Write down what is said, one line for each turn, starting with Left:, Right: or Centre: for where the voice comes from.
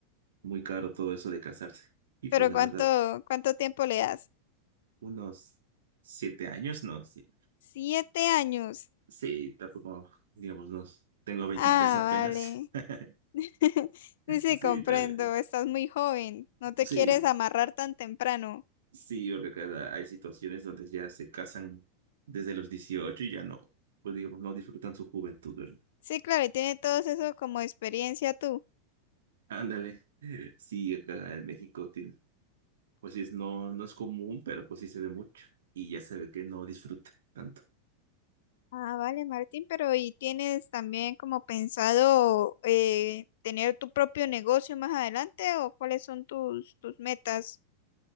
Right: muy caro todo eso de casarse. Y
Left: Pero
Right: pues la
Left: ¿cuánto,
Right: verdad
Left: cuánto tiempo le das?
Right: unos siete años, no, sí,
Left: Siete años.
Right: sí, tampoco, digamos, no, tengo veintitrés
Left: Ah,
Right: apenas,
Left: vale.
Right: <laughs>
Left: <laughs> Sí, sí,
Right: sí,
Left: comprendo.
Right: todavía,
Left: Estás muy joven. No te
Right: sí,
Left: quieres amarrar tan temprano.
Right: sí, porque cada, hay situaciones donde ya se casan desde los 18 y ya no, pues digamos, no disfrutan su juventud, ¿verdad?
Left: Sí, claro, y tiene todo eso como experiencia tú.
Right: Ándale, sí, acá en México, tiene- pues sí, es, no, no es común, pero pues sí se ve mucho y ya se ve que no disfruta tanto.
Left: Ah, vale, Martín, pero ¿y tienes también como pensado eh, tener tu propio negocio más adelante o cuáles son tus, tus metas?